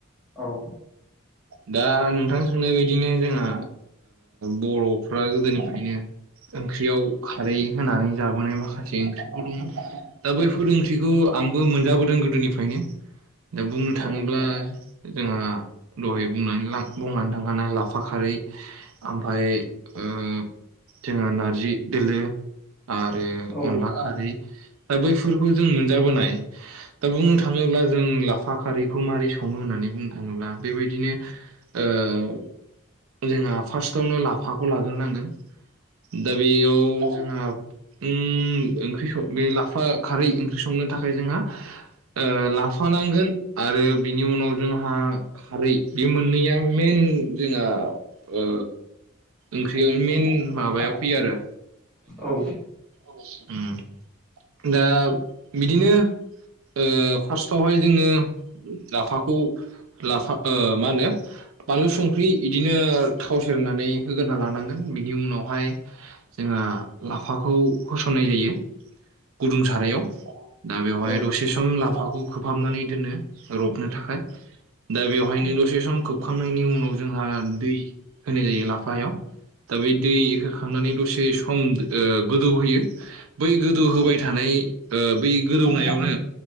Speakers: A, in the centre; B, on the right.
A: औ
B: दा नोंथां सोंनाय बायदिनो जोंहा बर'फ्रा गोदोनिफ्रायनो ओंख्रियाव खारै होनानै जाबोनाय माखासे ओंख्रिफोर दङ दा बैफोर ओंख्रिखौ आंबो मोनजाबोदों गोदोनिफ्रायनो, दा बुंनो थाङोब्ला,
A: औ
B: जोंहा दहायनानै बुंनानै ला बुंनानै थांखानाय लाफा खारै ओमफ्राय ओ जोंहा नारजि दोलो, आरो
A: औ
B: अनला खारै, दा बैफोरखौ जों मोनजाबोनाय दा बुंनो थाङोब्ला जों लाफा खारैखौ माबोरै सङो होननानै, बुंनो थाङोब्ला बेबायदिनो ओ जोंहा फार्स्टआवनो लाफाखौ लाग्रोनांगोन, दा बेयाव जोंहा, ओम ओंख्रिखौ बे लाफा खारै ओंख्रि संनो थाखाय जोंहा ओ लाफा नांगोन आरो बिनि उनाव जोंहा खारै बे मोननैया मेइन जोंहा ओ ओंख्रि मेइन माबायाव फैयो आरो
A: औ
B: ओम दा बिदिनो ओ फार्स्टआवहाय जोङो लाफाखौ लाफा ओ होनो बानलु संख्रि इदिनो थाव सेरनानै होगोरना लानांगोन बिनि उनावहाय जोंहा लाफाखौ होसननाय जायो। गुदुं सारायाव दा बेवहाय
A: औ
B: दसे सम लाफाखौ खोबहाबनानै दोनो रबनो थाखाय दा बेवहायनो दसे सम खोबखांनायनि उनाव जोंहा दै होनाय जायो लाफायाव दा बे दै होखांनानै दसे सम ओ गोदौ होयो बै गोदौ होबाय थानाय ओ बै गोदौनायावनो